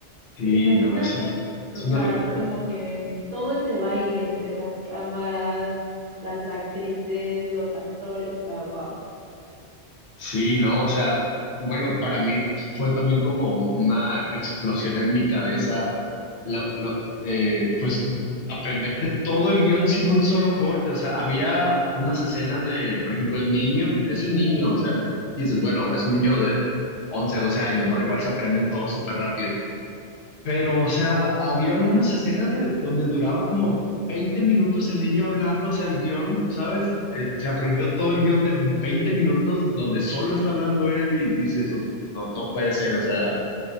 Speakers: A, on the left; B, on the right.
A: Sí,
B: pero imagínate,
A: no, eso
B: o
A: es
B: sea,
A: una locura.
B: como que todo ese baile entre las cámaras, las actrices, los actores, o sea, wow.
A: Sí, no, o sea, bueno, para mí fue también como una explosión en mi cabeza, lo, lo- eh, pues aprenderte todo el guión sin un solo corte, o sea, había unas escenas de, por ejemplo, el niño, es un niño, o sea, dices, bueno, es un niño de 11, 12 años, ¿no? Igual se aprenden todo súper rápido. Pero, o sea, habían unas escenas de, donde duraba como 20 minutos el niño hablando, o sea, el guión, ¿sabes? Eh, se aprendió todo el guión de 20 minutos donde solo está hablando él y dice eso, no, no puede ser, o sea,